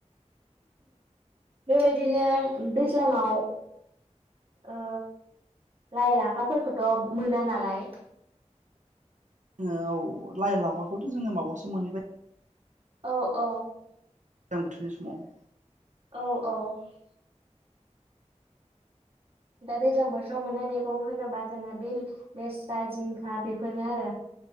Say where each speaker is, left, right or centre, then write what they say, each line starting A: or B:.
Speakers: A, on the right; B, on the right.
A: बेबायदिनो दैज्लाङाव ओ लाइ लाफाफोरखौथ' मोना नालाय
B: जोङो औ लाइ लाबाखौथ' जोङो माबायावसो मोनहैबाय
A: औ औ ।
B: गोजां बोथोरनि समाव
A: औ औ । दा दैज्लां बोथोराव मोननाय मैगं होनोबा जोङो बे लेस्रा जिंखा बेफोरनो आरो